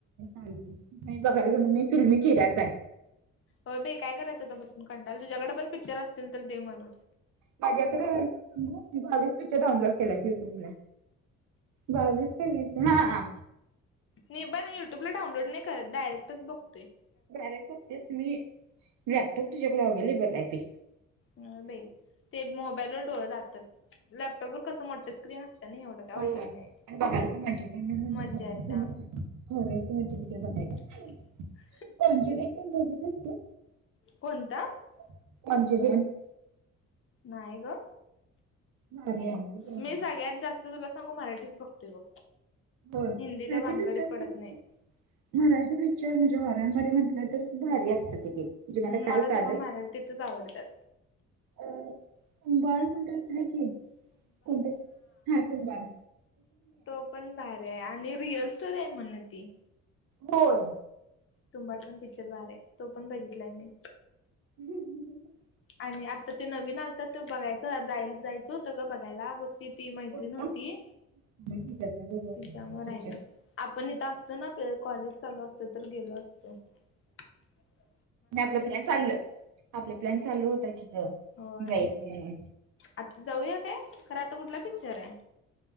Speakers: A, on the right; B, on the left.
A: ांग नाही बघायला गेल, मी फिल्मी किरायच आहे.
B: होय भी काय करायं आता बसून, कंटायला तुयाकडे पण पिक्चर असतील तर दे म्हण.
A: माझ्याकडे व्हय सांग बावीस वीस पिच्चर डाऊनोड केलंत युट्यूब ला. बावीस काय वीस? हा.
B: मी पण युट्यूबला डाऊनलोड नाही करत डायरेक्टच बतोय.
A: बर फक्तेस मी, लॅपटॉप तुझ्याकडे अवे्लेबल आहे बी.
B: नाय बाई, ते मोबाईलवर डोळ जातात लॅपटॉपवर कसं मोठ स्क्रीन असत ना एवढं. काय वाटत
A: हो आणि
B: नाही.
A: बघायला पण माजे म्हणजेर
B: मज्जा
A: खरच
B: येत्या
A: म्हणजे ते बघायला.
B: <unintelligible>
A: कॉन्फिडन्ट, बघत असते.
B: कोणता?
A: <unintelligible>
B: नाही ग
A: भारी आहे डेंजर
B: मी सगळ्यात
A: आहे.
B: जास तुला सांगू, मराठीच बघते बघ,
A: होय.
B: हिंदीच्या
A: मराठी
B: भानगडीत
A: पिक्चर
B: पडत
A: पण
B: नाही.
A: मराठी पिक्चर म्हणजे हॉरन म्हणे म्हटलं तर, भारी असतं ते. म्हणजे काल
B: मला
A: कळालं
B: सगळं मराटीतच आवडतात.
A: तर कुंबाळ कोणत आहे की, कोणत हा कुंबाळ.
B: तो पण भारी आहे, आणि रिअल स्टोरी आहे म्हण ती.
A: होय!
B: तुंबाड पण पिक्चर बाहेर आहे तो पण बघितलाय मी.
A: हं हं हं हं हं <unintelligible>
B: आणि आता ते नवीन आलत तो बघायच जायला जायचं होतं ग बघायला बघ ति ती मैत्रीण
A: कोणता?
B: होती.
A: मला थिएटरला बघू वाटलंय
B: तिच्यामुळ
A: पिक्चर.
B: राहिल. आपण इथं असतो ना, कॉलेज चालू असतो तर गेलो असत. <unintelligible>
A: आपलं प्लॅन चालू आपला प्लॅन चालू होता कि जायचं
B: होय
A: म्हणून
B: आता जाऊया काय खरं आता कुठला पिक्चर आहे?